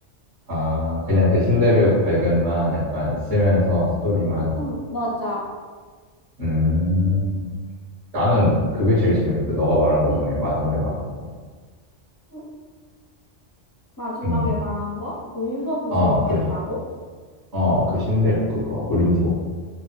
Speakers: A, on the right; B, on the left.
A: 아, 그냥 그 신대륙 발견만 약간 쓰면서 스토리만.
B: 음 맞아.
A: 음, 나는 그게 제일 재밌겠다. 너가 말한 거 중에 마지막에 말한 거.
B: 음, 마지막에
A: 음,
B: 말한 거? 무인서부
A: 어,
B: 재밌겠다고?
A: 그, 어, 그 신대륙
B: 음,
A: 그거. 무림서부.